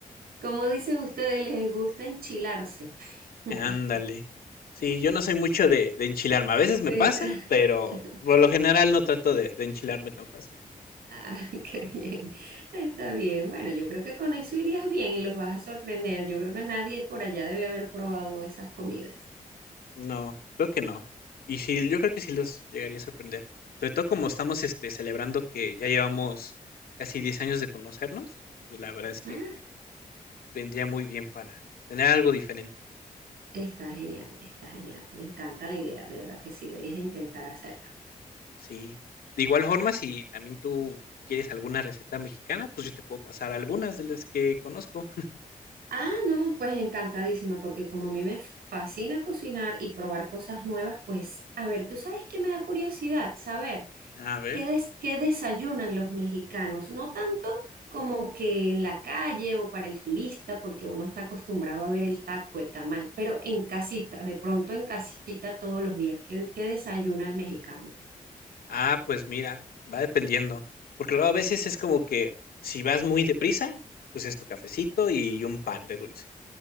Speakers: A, on the right; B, on the left.
A: como dicen ustedes, les gusta enchilarse. <laughs>
B: Ándale. Sí, yo no soy mucho de, de enchilarme. A veces me
A: De-
B: pasa, pero
A: <laughs>
B: por lo general no trato de, de enchilarme tan fácil.
A: Ah, <laughs> qué bien. Está bien. Bueno, yo creo que con eso irías bien y los vas a sorprender. Yo creo que nadie por allá debe haber probado esas comidas.
B: No, creo que no. Y sí, yo creo que sí los llegaría a sorprender. Sobre todo como estamos este, celebrando que ya llevamos casi 10 años de conocernos, pues la verdad es que
A: Ah,
B: vendría muy bien para tener algo diferente.
A: está genial, está genial. Me encanta la idea, de verdad que sí, deberías intentar hacerla.
B: Sí. De igual forma, si también tú quieres alguna receta mexicana, pues yo te puedo pasar algunas de las que conozco. <laughs>
A: Ah, no, pues encantadísima, porque como a mí me fascina cocinar y probar cosas nuevas, pues, a ver, tú sabes que me da curiosidad saber.
B: A ver.
A: ¿Qué, des- qué desayunan los mexicanos? No tanto como que en la calle o para el turista, porque uno está acostumbrado a ver el taco, el tamal, pero en casita, de pronto en casita todos los días. ¿Qué, qué desayuna el mexicano?
B: Ah, pues mira, va dependiendo, porque luego a veces es como que si vas muy deprisa, pues es tu cafecito y un pan de dulce